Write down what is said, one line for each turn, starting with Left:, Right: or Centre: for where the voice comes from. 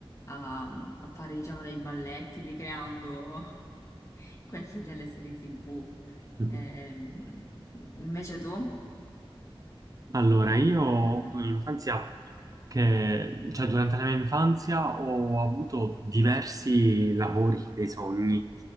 Left: a, a fare, diciamo, dei balletti ricreando <laughs> quelli delle serie TV.
Right: <laughs>
Left: Ehm, invece tu?
Right: Allora, io ho avuto un'infanzia che, cioè durante la mia infanzia ho avuto diversi lavori dei sogni,